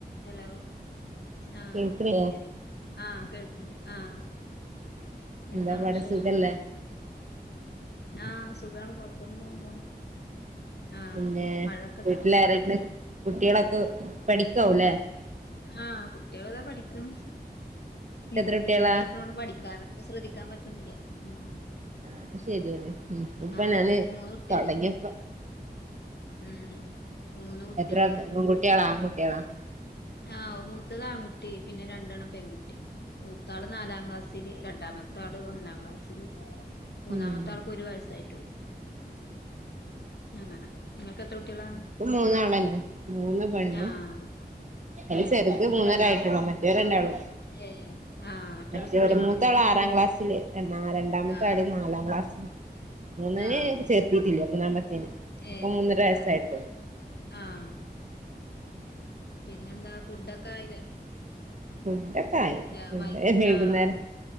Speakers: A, on the left; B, on the right.
A: ഹലോ ആഹ്
B: കേൾക്ക്ണില്ലേ
A: ഏഹ് ആഹ് കേൾക്ക്ണ്ട് ആഹ്
B: എന്താ
A: എന്താണ്
B: പാട്
A: വിശേഷം
B: സുഖല്ലേ
A: ആഹ് സുഖാണ് കുഴപ്പൊന്നുല്ലാതെ പോണ് ആഹ്
B: പിന്നെ
A: മഴൊക്കെണ്ടാ
B: വീട്ടിലാരാണ് കുട്ട്യാളൊക്കെ പഠിക്കാവുല്ലേ
A: ആഹ് കുട്ട്യാളിതാ പഠിക്ക്‌ണ്
B: നിനക്ക്
A: എനിക്ക്
B: എത്ര കുട്ടികളാ
A: ഇതുമ്മെ ഇരിക്ക്ണോണ്ട് പഠിക്കാനൊന്നും ശ്രദ്ധിക്കാൻ പറ്റ്ണില്ല ഉം
B: ആഹ് ശരിയാണ് ഇൻക്കും ഇപ്പൊ
A: ആഹ്
B: ഞാന്
A: മൂന്ന് കുട്ടികള്
B: തൊടങ്ങിയപ്പൊ
A: ഉം മൂന്ന് കുട്ടികള്
B: എത്ര ആള് പെൺകുട്ട്യാളാ ആൺകുട്ട്യാളാ
A: ആഹ് മൂത്തത് ആൺകുട്ടി പിന്നെ രണ്ടെണ്ണം പെൺകുട്ടി മൂത്താള് നാലാം ക്ലാസ്സില് രണ്ടാമത്തെ ആള് ഒന്നാം ക്ലാസ്സില് മൂന്നാമത്തെ
B: ഉം
A: ആൾക്ക് ഒരു വയസ്സായിട്ടൊള്ളൂ അങ്ങനെ ഇങ്ങക്ക് എത്ര കുട്ടികളാ
B: ക്ക് മൂന്നാള തന്നെ മൂന്ന് പെണ്ണും
A: ആഹ്
B: അയില്
A: ഏഹ്
B: ചെറുത്
A: മൂന്ന്
B: മൂന്നരായിയിട്ടുള്ളോ
A: പെണ്ണാവൂലേ
B: മറ്റേരുണ്ടാളോ
A: ഏ ആഹ് മറ്റോള്
B: മറ്റേ
A: സ്കൂളിൽ
B: ഒരു മൂത്ത
A: പോണില്ലേ
B: ആള് ആറാം ക്ലാസ്സില് ആ രണ്ടാമത്തെ
A: ആഹ്
B: ആള് നാലാം ക്ലാസ്സില് മൂന്നിന്
A: ആഹ്
B: ചേർത്തിട്ടില്ലേ മൂന്നാമത്തത്തിന്
A: ഏ
B: ഇപ്പൊ മൂന്നര വയസ്സായിട്ടുള്ളൂ
A: അതന്നെ ആഹ് പിന്നെ എന്താ ഫുഡൊക്കെ ആയില
B: മ് ഫുഡ്ഡൊക്കെ ആയി
A: ഞാ
B: ഫുഡ്
A: വൈ
B: വൈകുന്നേരം
A: ആഹ്